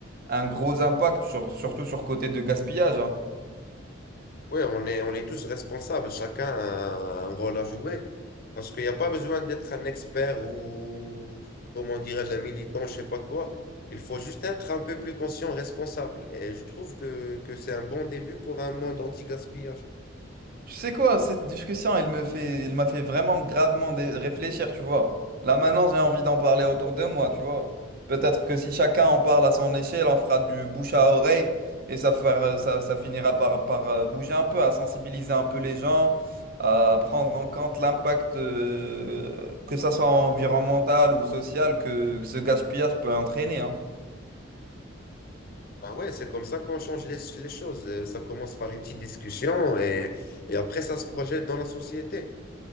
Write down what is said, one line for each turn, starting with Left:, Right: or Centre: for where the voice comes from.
Right: un gros impact, sur- surtout sur côté de gaspillage, hein.
Left: Oui, on est, on est tous responsables, chacun a un rôle à jouer. Parce qu'il n'y a pas besoin d'être un expert ou, comment dirais-je, un militant, je sais pas quoi. Il faut juste être un peu plus conscient, responsable. Et je trouve que, que c'est un bon début pour un monde anti-gaspillage.
Right: Tu sais quoi, cette discussion, elle me fait, elle m'a fait vraiment gravement dé- réfléchir, tu vois. Là maintenant, j'ai envie d'en parler autour de moi, tu vois. Peut-être que si chacun en parle à son échelle, on fera du bouche à oreille et ça, fera- ça, ça finira par, par euh, bouger un peu, à sensibiliser un peu les gens, à prendre en compte l'impact, euh, que ça soit environnemental ou social, que ce gaspillage peut entraîner, hein.
Left: Ah ouais, c'est comme ça qu'on change les, les choses. Euh, Ça commence par une petite discussion et, et après, ça se projette dans la société.